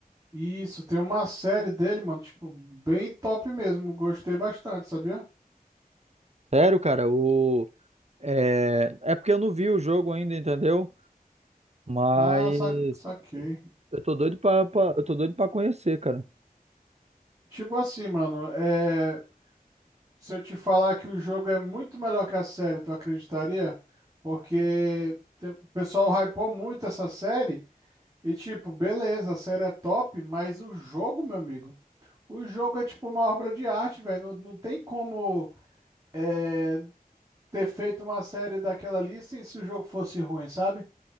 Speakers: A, on the right (about 25°); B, on the right (about 45°).
A: Isso, tem uma série dele, mano, tipo, bem top mesmo. Gostei bastante, sabia?
B: Sério, cara, o... É, é porque eu não vi o jogo ainda, entendeu? Mas
A: Ah, sa saquei.
B: eu tô doido pra, pra- eu tô doido pra conhecer, cara.
A: Tipo assim, mano, é. Se eu te falar que o jogo é muito melhor que a série, tu acreditaria? Porque te- o pessoal hypou muito essa série e, tipo, beleza, a série é top, mas o jogo, meu amigo, o jogo é tipo uma obra de arte, velho. Não, não tem como é, ter feito uma série daquela ali sem se o jogo fosse ruim, sabe?